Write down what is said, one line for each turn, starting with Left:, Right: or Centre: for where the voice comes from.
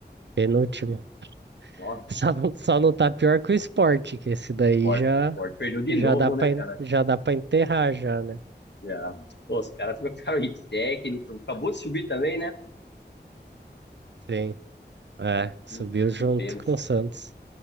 Right: penúltimo
Left: Nossa,
Right: <laughs> Só não, só não tá pior que o esporte, que esse daí
Left: Sport,
Right: já,
Left: Sport perdeu de
Right: já
Left: novo,
Right: dá pra,
Left: né, cara?
Right: en- já dá pra enterrar já, né?
Left: Já. Pô, os caras trocaram de técnico, acabou de subir também, né?
Right: Sim. É, subiu
Left: Que,
Right: junto
Left: que pena.
Right: com o Santos.